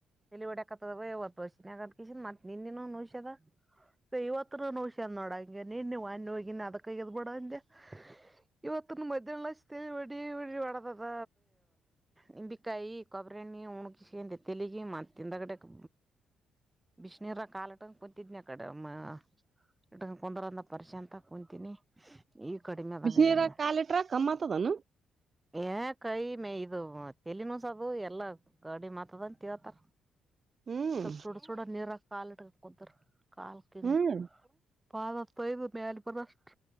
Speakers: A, on the right (about 15°); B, on the right (about 45°).
A: ತೇಲಿವಡ್ಯಕುಂತ್ತದ ಯವ ಇವತ್ತು ವಸತಿ ಆದ ಅದಕ್ಕೆ ಮತ್ತೆ ನಿನ್ನ ನೌಷ್ಯದ. ಇವತ್ತು ನೌಷಧಿ ನೋಡ ಹಂಗೆ ನೀನ್ ಮೊನ್ನೆ ಹೋಗಿನಿ ಅದಕ್ಕಾ ಹಿಡ ಬುಡು ಅಂದ್ಯ. ಇವತ್ತುನ್ನು ಮಧ್ಯಾಹ್ ಲೇಶಂದ ತೇಲಿ ವಡಿ ವಡಿ ಒಡದದ. ನಿಂಬೆಕಾಯಿ ಕೊಬ್ಬರಿ ಎಣ್ಣಿ ಉಣಗ ಸೆಂಧೆ ತೇಲಿಗ ಮತ್ತ ಹಿಂದೆ ಕಡಕ್. ಬಿಸಿನೀರ ಕಾಲಟಂಗ ಕೂತಿದ್ನಿ ಅಕಡೆಮ್ಮ. ಇಟ್ಟಂಗ ಕುಂದ್ರಂದ ಪ್ರಶಾಂತ ಅಂತ ಕುೂಂತೀಿನಿ ಈಗ ಕಡಿಮೆ ಅದಂಗ ಆಗ್ಯಾದ.
B: ನೀರಗ
A: ನೋಡ್
B: ಕಾಲಿಟ್ರಾ ಕಮ್ಮತದಾನ.
A: ಏ ಕೈ ಮೇ ಇದು ತೇಲಿನೂಸದ ಇದು ಎಲ್ಲ ಕಡಿಮೆ ಆತದ ಅಂತ ಹೇಳುತ್ತಾರ.
B: ಹ್ಮ್
A: ಸ್ವಲ್ಪ ಸುಡ ಸುಡ ನೀರಗ ಕಾಲ ಇಟ್ಕಂದು ಕುಂತ್ರು ಕಾಲ ಕಿಂಗ.
B: ಹ್ಮ್
A: ಪಾದ ತೊಯ್ದು ಮ್ಯಾಲ ಬರ ಅಷ್ಟ